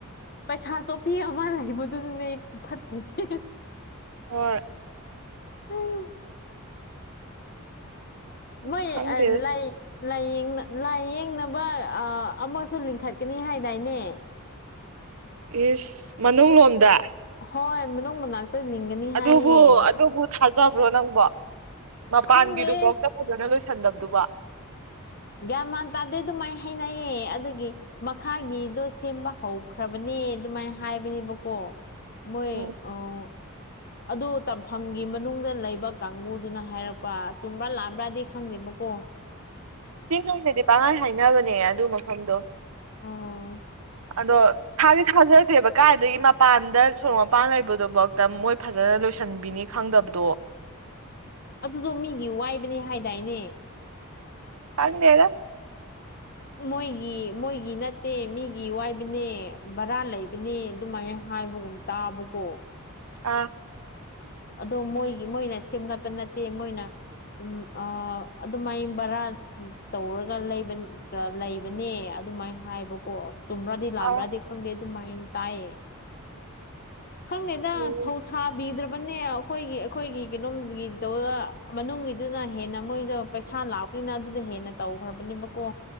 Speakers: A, on the left; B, on the right.
A: ꯄꯩꯁꯥ ꯆꯣꯄꯤꯌꯥ ꯃꯥꯥ ꯂꯩꯕꯗꯨꯗꯅꯦ ꯐꯠꯇ꯭ꯔꯤꯁꯦ
B: ꯍꯣꯏ
A: ꯍꯩ
B: ꯑꯁ
A: ꯃꯣꯏ
B: ꯈꯪꯗꯦꯗ
A: ꯑꯥ ꯂꯩꯥ ꯂꯥꯏꯌꯦꯡꯅ ꯂꯥꯏꯌꯦꯡꯅꯕ ꯑꯥ ꯑꯃꯁꯨ ꯂꯤꯡꯈꯠꯀꯅꯤ ꯍꯥꯏꯗꯥꯏꯅꯦ
B: ꯏꯁ ꯃꯅꯨꯡ ꯂꯣꯝꯗ
A: ꯍꯣꯏ ꯃꯅꯨꯡ ꯃꯅꯥꯛꯇ ꯂꯤꯡꯒꯅꯤ
B: ꯑꯗꯨꯕꯨ
A: ꯍꯥꯏꯌꯦ
B: ꯑꯗꯨꯕꯨ ꯊꯥꯖꯕ꯭ꯔꯣ ꯅꯪꯕꯣ ꯃꯄꯥꯟꯒꯤꯗꯨꯐꯥꯎꯇ
A: ꯈꯪꯗꯦ
B: ꯐꯖꯅ ꯂꯣꯏꯁꯟꯗꯕꯗꯨꯕꯣ
A: ꯒ꯭ꯌꯥꯟ ꯃꯥꯟ ꯇꯥꯗꯦ ꯑꯗꯨꯃꯥꯏ ꯍꯅꯩꯌꯦ ꯑꯗꯨꯒꯤ ꯃꯈꯥꯒꯤꯗꯣ ꯁꯦꯝꯕ ꯍꯧꯈ꯭ꯔꯕꯅꯦ ꯑꯗꯨꯃꯥꯏ ꯍꯥꯏꯕꯅꯦꯕꯀꯣ ꯃꯣꯏ
B: ꯎꯝ
A: ꯑꯥ ꯑꯗꯨ ꯇꯝꯐꯝꯒꯤ ꯃꯅꯨꯡꯗ ꯂꯩꯕ ꯀꯥꯡꯕꯨꯗꯨꯅ ꯍꯥꯏꯔꯛꯄ ꯆꯨꯝꯕ꯭ꯔꯥ ꯂꯥꯛꯑꯝꯕ꯭ꯔꯥꯗꯤ ꯈꯪꯗꯦꯕꯀꯣ
B: ꯆꯤꯟ ꯑꯣꯏꯅꯗꯤ ꯄꯥꯡꯒꯥꯏ ꯍꯥꯏꯅꯕꯅꯦ ꯑꯗꯨ ꯃꯐꯝꯗꯣ
A: ꯑꯥ
B: ꯑꯗꯣ ꯊꯥꯗꯤ ꯊꯥꯖꯗꯦꯕ ꯀꯥꯏꯗꯒꯤ ꯃꯄꯥꯟꯗ ꯁꯣꯔꯣꯛ ꯃꯄꯥꯟ ꯂꯩꯕꯗꯨꯐꯥꯎꯗ ꯃꯣꯏ ꯐꯖꯅ ꯂꯣꯏꯁꯟꯕꯤꯅꯤ ꯈꯪꯗꯕꯗꯣ
A: ꯑꯗꯨꯗꯣ ꯃꯤꯒꯤ ꯋꯥꯏꯕꯅꯦ ꯍꯥꯏꯗꯥꯏꯅꯦ
B: ꯈꯡꯗꯦꯗꯥ
A: ꯃꯣꯏꯒꯤ ꯃꯣꯏꯒꯤ ꯅꯠꯇꯦ ꯃꯤꯒꯤ ꯋꯥꯏꯕꯅꯦ ꯕꯔꯥ ꯂꯩꯕꯅꯦ ꯑꯗꯨꯃꯥꯏꯅ ꯍꯥꯏꯕꯒꯨꯝ ꯇꯥꯕꯀꯣ
B: ꯑꯥ
A: ꯑꯗꯣ ꯃꯣꯏꯒꯤ ꯃꯣꯏꯅ ꯁꯦꯝꯒꯠꯄ ꯅꯠꯇꯦ ꯃꯣꯏꯅ ꯎꯝ ꯑ ꯑꯗꯨꯃꯥꯏ ꯕꯔꯥ ꯇꯧꯔꯒ ꯂꯩꯕꯅꯤ ꯂꯩꯕꯅꯦ ꯑꯗꯨꯃꯥꯏꯅ ꯍꯥꯏꯕꯀꯣ ꯆꯨꯝꯕꯔ꯭ꯗꯤ ꯂꯥꯛꯕ꯭ꯔꯗꯤ
B: ꯑꯥ
A: ꯈꯪꯗꯦ ꯑꯗꯨꯃꯥꯏꯅ ꯇꯥꯏꯌꯦ ꯈꯪꯗꯦꯗ
B: ꯎꯝ
A: ꯊꯧ ꯁꯥ ꯕꯗ꯭ꯔꯔꯕꯟ ꯑꯩꯈꯣꯏꯒꯤ ꯑꯩꯈꯣꯏꯒꯤ ꯀꯩꯅꯣꯝꯒꯤꯗꯣ ꯃꯅꯨꯡꯒꯤꯗꯨꯅ ꯍꯦꯟꯅ ꯃꯣꯏꯗ ꯄꯩꯁꯥ ꯂꯥꯛꯄ ꯄꯔꯤꯅꯥ ꯑꯗꯨꯗ ꯍꯦꯟꯅ ꯇꯧꯈ꯭ꯔꯕꯅꯦꯕꯀꯣ